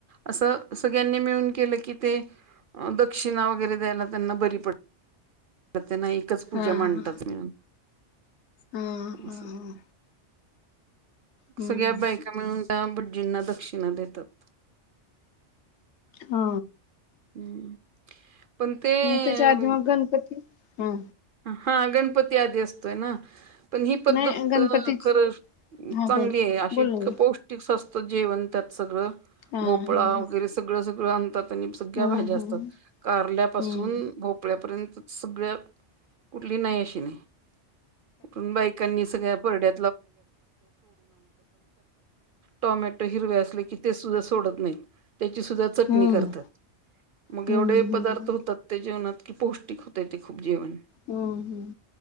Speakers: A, on the right; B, on the left.
A: असं सगळ्यांनी मिळून केलं की ते दक्षिणा वगैरे द्यायला त्यांना बरी पड तर त्यांना एकच पूजा
B: हा
A: म्हणतात
B: हा
A: मिळून
B: हा हा हा
A: अस
B: हम्म
A: सगळ्या बायका मिळून त्या भट्जींना दक्षिणा देतात
B: हा
A: हम्म पण ते
B: त्याच्या आधी मग गणपती हा
A: हा गणपती आधी असतोय ना पण ही पद्धत
B: नाही गणपती
A: खरं
B: हा
A: चांगली
B: बोल
A: आहे अशी
B: बोल
A: इतकं
B: ना बोल
A: पौष्ट स्स्त जेवण त्यात सगळं
B: हा हा
A: भोपळा
B: हा
A: वगैरे सगळं सगळं आणतात सगळ्या
B: हम्म
A: भाज्या असतात
B: हम्म
A: कारल्यापासून
B: हम्म
A: भोपळ्यापर्यंत सगळ्या कुठली नाही अशी नाही कुठून बायकांनी सगळ्या ड तम हि ते सुद्धा सोडत नाही त्याची सुद्धा चटणी
B: हम्म
A: करतात मग
B: हम्म
A: एवढे
B: हम्म
A: पदार्थ होतात त्या जेवणात की पौष्टिक होतय ते खूप जेवण
B: हम्म हम्म